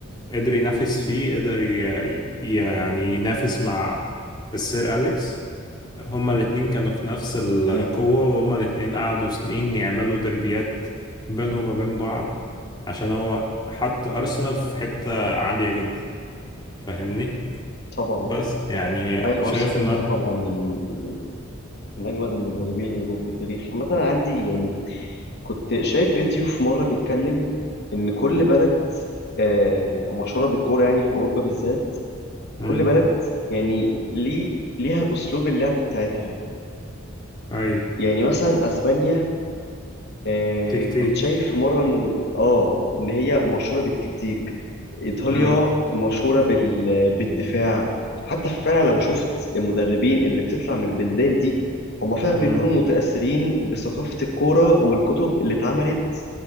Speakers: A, on the left; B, on the left.
A: قدر ينافس فيه قدر ي- ي- يعني ينافس مع السير أليكس هما الاتنين كانوا في نفس القوة
B: أمم
A: وهما الاتنين قعدوا سنين يعملوا دربيات بينهم وبين بعض عشان هو حط أرسنال في حتة عالية جدا فاهمني
B: طبعا
A: بس يعني
B: أيوه
A: شايف
B: أرسن فينجر
A: انه
B: طبعا من من من أجمد المدربين اللي جم في التاريخ عامة أنا عندي يعني كنت شايف فيديو في مرة بيتكلم إن كل بلد آه، مشهوره بالكوره يعني في اوروبا بالذات
A: امم
B: كل بلد يعني ليه ليها اسلوب اللعب بتاعتها
A: اي
B: يعني مثلا اسبانيا آه،
A: تكتيك
B: كنت شايف مره ان اه ان هي مشهوره بالتكتيك ايطاليا
A: امم
B: مشهوره بال... بالدفاع حتى فعلا لو شفت المدربين اللي بتطلع من البلدان دي هم فعلا
A: امم
B: بيكونوا متاثرين بثقافه الكوره والكتب اللي اتعملت